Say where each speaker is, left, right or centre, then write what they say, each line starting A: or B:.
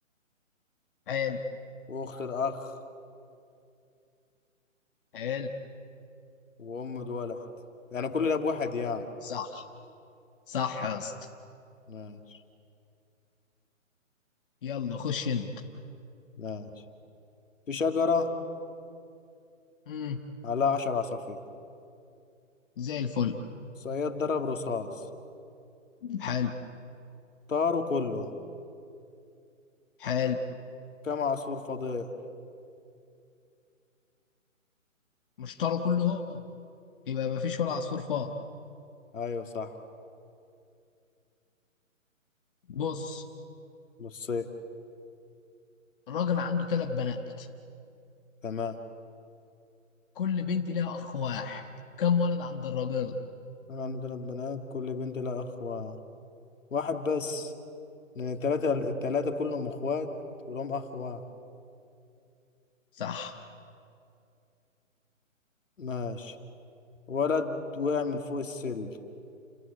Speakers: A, on the left; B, on the left.
A: حلو
B: وأخت الأخ
A: حلو
B: وأم الولد يعني كل الأب واحد يعني
A: صح صح يا اسطى
B: ماشي
A: يلا خش انت
B: ماشي في شجرة
A: امم
B: عليها عشر عصافير
A: زي الفل
B: صياد ضرب رصاص
A: حال
B: طاروا كله
A: حال
B: كم عصفور فاضل؟
A: مشترى كله هو يبقى مفيش ولا عصفور فاضي
B: أيوة صح
A: بص
B: بصيت
A: الراجل عنده ثلاث بنات
B: تمام
A: كل بنت ليها اخ واحد كم ولد عند الراجل
B: أنا عندي تلات بنات كل بنت لها أخ وا- واحد بس لأن التلاتة التلاتة كلهم أخوات ولهم أخ واحد
A: صح
B: ماشي ولد وقع من فوق السل